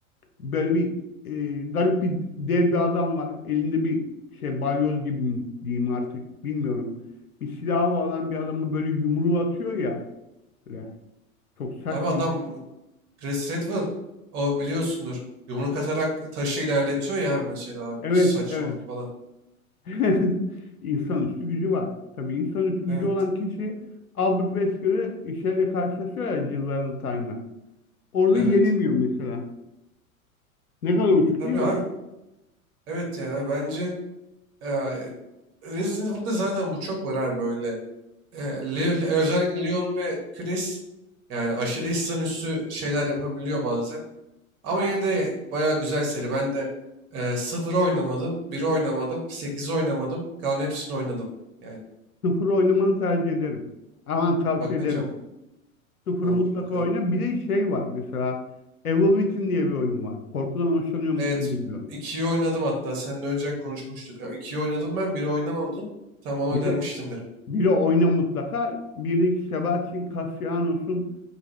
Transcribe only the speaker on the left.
Böyle bir e, garip bir dev bir adam var. Elinde bir şey balyoz gibi mi diyeyim artık bilmiyorum. Bir silahı olan bir adama böyle yumruğu atıyor ya. Böyle çok sert
bir yumruğu.
Evet,
evet.
<laughs> İnsanüstü gücü var. Tabii insanüstü gücü
olan kişi Albert Wesker'ı şeyle karşılaşıyor ya Jill Valentine'la. Orada
yenemiyor mesela. Ne kadar uçuk
değil mi?
Sıfır oynamanı tercih ederim. Aman tavsiye
ederim. Sıfırı
mutlaka
oyna. Bir de şey var mesela Evil Within diye bir oyun var. Korkudan hoşlanıyor musun
bilmiyorum.
Biri,
biri oyna mutlaka. Birdeki Sebastian Castellanos'un